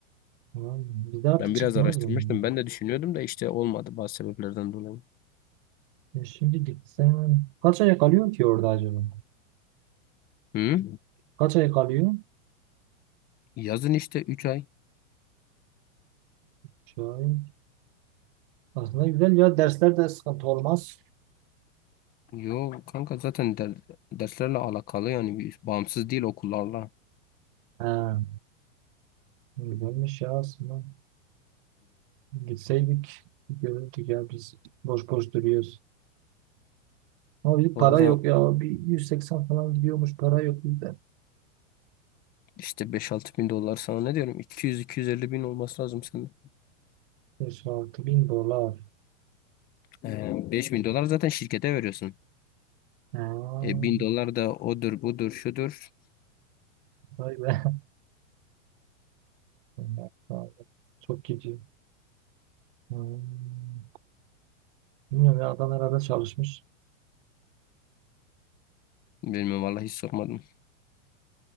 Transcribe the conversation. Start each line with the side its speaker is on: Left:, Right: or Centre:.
Right: Tamam. Bir de artık
Left: Ben
Right: çıkmaz
Left: biraz araştırmıştım.
Right: mı?
Left: Ben de düşünüyordum da işte olmadı bazı sebeplerden dolayı.
Right: Ya şimdi gitsen kaç ay kalıyor ki orada acaba?
Left: Hı?
Right: Kaç ay kalıyor?
Left: Yazın işte üç ay.
Right: Şahit. Aslında güzel ya dersler de sıkıntı olmaz.
Left: Yo kanka zaten der- derslerle alakalı yani bir- bağımsız değil okullarla.
Right: Ha, güzelmiş ya aslında. Gitseydik görürdük ya biz boş boş duruyoruz. Ama bir
Left: Valla
Right: para yok ya. Bir 180 falan gidiyormuş para yok bizde.
Left: İşte beş altı bin dolar sana ne diyorum iki yüz iki yüz elli bin olması lazım sende.
Right: 5-6 bin dolar.
Left: Ee, 5 bin dolar zaten şirkete veriyorsun.
Right: Aa,
Left: E, bin dolar da odur budur şudur.
Right: vay be. <laughs> Bunlar pahalı. Çok gidiyor. Hmm. Bilmiyorum ya adam herhalde çalışmış.
Left: Bilmiyorum vallahi hiç sormadım.